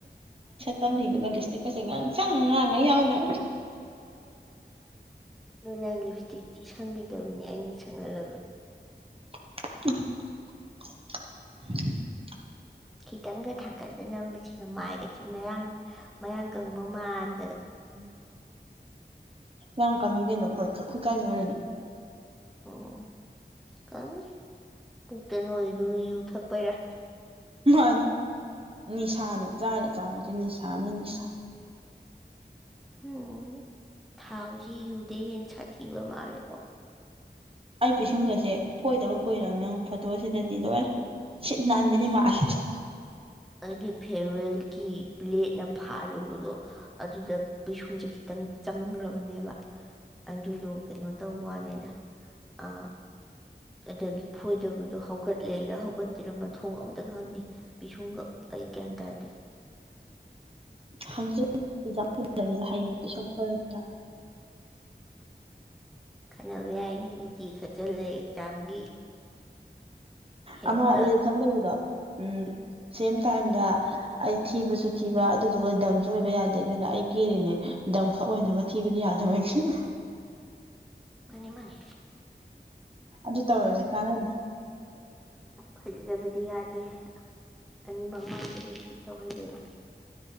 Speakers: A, on the right; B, in the centre.
A: ꯝꯁꯤꯡꯗꯨꯒ ꯂꯤꯁꯇꯤ ꯀꯩꯁ ꯉ ꯆꯪ ꯉꯥꯡꯉ ꯌꯥꯎꯅ
B: ꯅꯣꯏ ꯅꯪ ꯂꯤꯞ ꯏꯁꯇꯤꯛꯁꯤ ꯁꯪꯈꯤꯗꯕꯅꯤ ꯑꯩꯅ ꯁꯪꯍꯜꯂꯕꯅꯤ
A: <inaudible> <inaudible> <inaudible>
B: ꯈꯤꯇꯪꯒ ꯊꯥꯡꯒꯠꯅꯅꯕꯕꯁꯤꯅ ꯃꯥꯏꯒꯁꯨ ꯃꯌꯥꯥꯡ ꯃꯌꯥꯡ ꯀꯪꯕ ꯃꯥꯟꯗꯅ
A: ꯎꯝ ꯌꯥꯝ ꯀꯪꯉꯤ ꯀꯩꯅꯣ ꯑꯩꯈꯣꯏꯈꯠ ꯀꯥꯏꯅ ꯑꯣꯏꯔꯅꯤ
B: ꯎꯝ ꯀꯪꯉ ꯄꯨꯛꯇ ꯅꯣꯏꯗꯨꯅ ꯌꯨ ꯊꯛꯄꯩꯔꯥ
A: ꯃꯥꯅꯤ ꯅꯤꯁꯥꯅꯦ ꯆꯥꯔ ꯆꯥꯄꯣꯠꯁꯦ ꯅꯤꯁꯥꯅꯦ ꯅꯤꯁꯥ
B: ꯎꯝ ꯊꯥꯎꯁꯤ ꯌꯨꯗꯦ ꯍꯦ ꯁꯥꯊꯤꯕ ꯃꯥꯜꯂꯦꯀꯣ
A: ꯑꯩ ꯄꯤꯁꯨꯝꯒꯁꯦ ꯐꯣꯏꯗꯕ ꯀꯨꯏꯔꯕ ꯅꯪ ꯐꯣꯇꯣꯁꯤꯗꯗꯤ ꯂꯣꯏ ꯅꯥꯟꯕꯤꯅꯤ
B: ꯏꯁ
A: ꯃꯥꯁꯦꯁ
B: <inaudible> ꯑꯩꯒꯤ ꯐꯦꯔꯋꯦꯜꯒꯤ ꯕ꯭ꯂꯦꯗꯅ ꯐꯥꯔꯨꯕꯗꯣ ꯑꯗꯨꯗ ꯄꯩꯤꯁꯨꯡꯖꯈꯤ ꯈꯤꯇꯪ ꯆꯪꯈ꯭ꯔꯕꯅꯦꯕ ꯑꯗꯨꯗꯣ ꯀꯩꯅꯣ ꯇꯧꯕꯅꯤꯗ ꯑ ꯑꯗꯒꯤ ꯐꯣꯏꯗꯕꯗꯣ ꯍꯧꯒꯠꯂꯦꯒ ꯍꯧꯒꯠꯇꯄꯤꯔꯝꯃ ꯊꯣꯡ ꯑꯃꯝꯇ ꯈꯪꯗꯦ ꯄꯤꯁꯨꯡꯈꯛ ꯑꯩ ꯒ꯭ꯌꯥꯟ ꯇꯥꯗꯦ
A: ꯍꯪꯆꯤꯅꯤꯅ ꯍꯌꯦꯡ ꯇꯨ ꯁꯝ ꯈꯜꯁꯤꯅ
B: ꯈꯟꯅꯕ ꯌꯥꯏꯅꯦ ꯃꯤꯆꯤ ꯈꯠꯆꯜꯂꯦ ꯑꯦꯛꯖꯥꯝꯒꯤ ꯍꯦꯛꯇ
A: ꯑꯥ ꯆꯝꯖꯕꯗꯣ ꯎꯝ ꯁꯦꯝ ꯇꯥꯏꯝꯗ ꯑꯩ ꯊꯤꯕꯁꯨ ꯊꯤꯕ ꯑꯗꯨꯗꯨꯒ ꯗꯝꯁꯨ ꯑꯣꯏꯕ ꯌꯥꯗꯦ ꯑꯗꯨꯅ ꯑꯩ ꯀꯦꯔꯤꯅꯦ ꯗꯝꯈꯛ ꯑꯣꯏꯅꯕ ꯊꯤꯕꯗꯤ ꯌꯥꯗꯕꯩꯒꯤꯅ
B: ꯃꯥꯅꯤ ꯃꯥꯅꯤ
A: ꯑ ꯑꯗꯨ ꯇꯋꯔꯁꯦ ꯀꯥꯅꯗ
B: ꯐꯖꯗꯕꯨꯗꯤ ꯌꯥꯗꯅꯤꯦ ꯑ ꯃꯪ ꯃꯥꯁꯔꯤ ꯇꯧꯔ ꯂꯩꯅ